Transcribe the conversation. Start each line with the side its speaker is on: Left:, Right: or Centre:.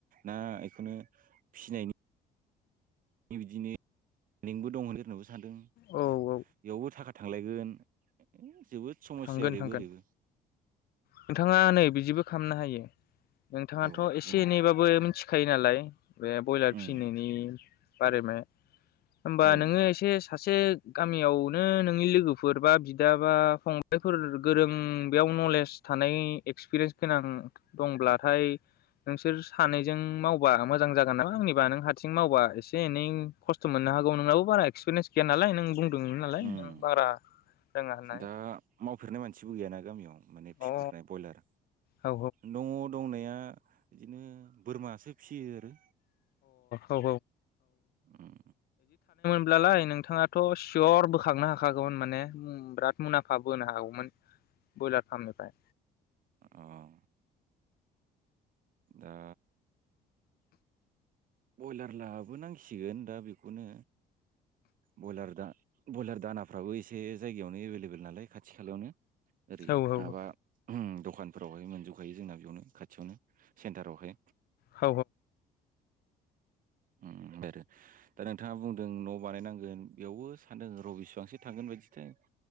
Right: ना बेखौनो फिसिनायनि। बिदिनो लिंकबो दं होनो सोरनाबा। <unintelligible>
Left: औ औ
Right: बेयावबो थाखा थांलायगोन जोबोद। समस्या
Left: थांगोन
Right: ओरैबो
Left: थांगोन
Right: ओरैबो
Left: नोंथाङा नै बिदिबो। खामनो हायो। नोंथाङाथ'
Right: औ
Left: एसे
Right: बुंलाय
Left: एनैबाबो मि खायो नालाय। बे बयलार
Right: उम
Left: फिसिनायनि बारै नों ओमबा
Right: औ
Left: नोङो एसे सासे। गामियावनो नोंनि लोगोफोर बा बिदा बा फं फोर गोरों बेयाव नलेज थानाय एक्सपिरियेन्स गोनां दंब्लाथाय नोंसोर सानैजों मावबा मोजां जागोन नालाय आंनिबा नों हारसिं मावबा एसे एनै खस्थ' मोननो हागौ नोंनावाबो बारा एक्सपिरिेन्स गैया नालाय नों बुंदों नालाय
Right: उम
Left: नों बारा रोङा होननानै।
Right: दा मावफेरनाय मानसिबो गैयाना गामियाव। माने फिफेरनाय
Left: अ औ
Right: ब्रयलार
Left: औ
Right: न'। दंनाया बिदिनो बोरमासो फियो आरो।
Left: अ औ
Right: उम
Left: अब्लालाय नोंथाङाथ' सियर बोखांनो हाखागौमोन माने बिराद मुलामफा बोनो हागौमोन ब्रयलार फार्मनिफ्राय
Right: अ <unintelligible> दा बयलार लाबो नांसिगोन दा बेखौनो बयलार दा ब्रयलार दानाफ्राबो एसे जायगायावनो एभेलेबेल नालाय खाथि खालायावनो ओरै
Left: औ औ
Right: माबा
Left: औ
Right: दखानफोरावहाय मोनजोबखायो जोंना बेयावनो खाथियावनो सेन्टारावहाय
Left: औ
Right: उम ब आरो दा नोंथाङा बुंदों न' बानायनांगोन बेयावबो सानदों र बिसेबांसो थांगोन बायदिथाय